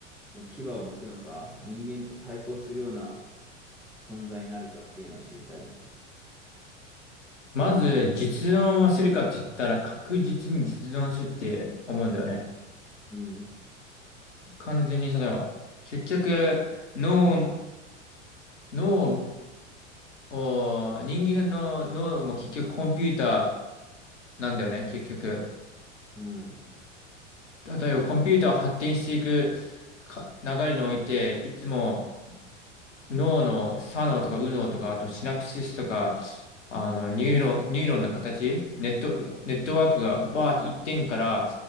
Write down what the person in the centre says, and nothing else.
牙を向くのか、人間と対抗するような存在になるかっていうのは知りたいね。
うん、
うん、